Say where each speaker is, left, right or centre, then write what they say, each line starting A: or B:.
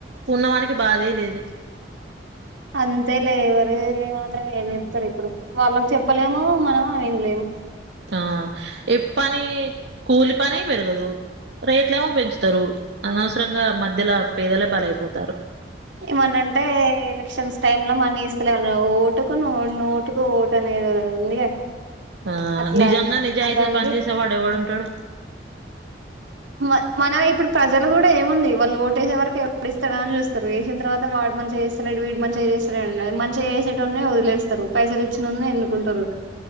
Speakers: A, on the right (about 65°); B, on the right (about 85°).
A: ఉన్నవానికి బాధే లేదు.
B: అంతే లే ఏవరి మాత్రం ఏం చెప్తారు. ఇప్పుడు వాళ్ళకి చెప్పలేము మనము వినలేము.
A: ఆ ఏ పని కూలి పని పెరగదు రేట్ల ఏమో పెంచుతారు అనవసరంగా మధ్యలో పేదలే బలీ అయిపోతారు
B: ఏమనంటే ఎలక్షన్స్ టైమ్ లో మనీ ఇస్తలే ఏమన్నా ఓటుకు నోటుకు ఓటు అనే ఏదేదో ఉందిగా
A: ఆ
B: అట్లా
A: నిజంగా నిజాయితీగా
B: అదానికి
A: పని చేసేవాడు ఎవడుంటాడు
B: మ మనం ఇప్పుడు ప్రజలు కూడా ఏముంది వాళ్ళు ఓటేసే వరకు ఎవ ఇస్తా అని చూస్తారు వేసిన తర్వాత వాడు మంచిగా చేస్తలేడు వీడు మంచిగా చేస్తలేడు మంచిగా చేసేటోన్ని వదిలేస్తారు పైసలు ఇచ్చినోన్నే ఎన్నుకుంటారు